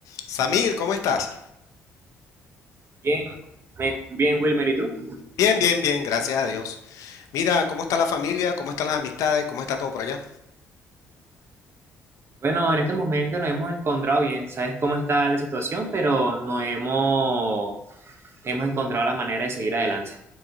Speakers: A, on the left (about 70°); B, on the right (about 45°).
A: Samir, ¿cómo estás?
B: Bien, me- bien, Wilmer, ¿y tú?
A: Bien, bien, bien, gracias a Dios. Mira, ¿cómo está la familia? ¿Cómo están las amistades? ¿Cómo está todo por allá?
B: Bueno, en este momento nos hemos encontrado bien, sabes cómo está la situación, pero no hemos, hemos encontrado la manera de seguir adelante.